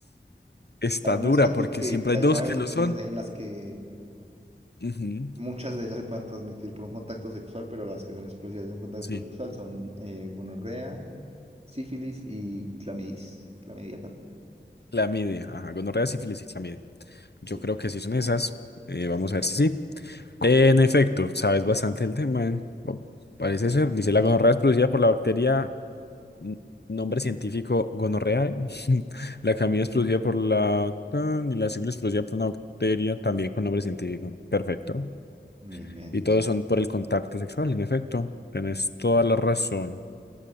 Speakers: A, on the left; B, on the right.
A: Está
B: A ver, no
A: dura
B: descarto
A: porque
B: que,
A: siempre
B: que
A: hay
B: haya
A: dos
B: varias
A: que
B: opciones
A: lo son.
B: ahí en las que
A: Ujú,
B: muchas de ellas se puedan transmitir por un contacto sexual, pero las que son exclusivas de un contacto
A: Sí,
B: sexual son eh, gonorrea, sífilis y clamidia. Clamidia, perdón.
A: clamidia. Ajá, gonorrea, sífilis y clamidia.
B: Sí,
A: Yo creo que sí son esas. Eh,
B: eh,
A: vamos a ver si sí. En efecto, sabes bastante el tema. eh. Bo- Parece ser. Dice, la gonorrea es producida por la bacteria N- Nombre científico, gonorrea. <laughs> La camilla es producida por la tan, y la sífilis es producida por una bacteria también con nombre científico. Perfecto.
B: bien, bien.
A: Y todos son por el contacto sexual, en efecto. Tienes toda la razón.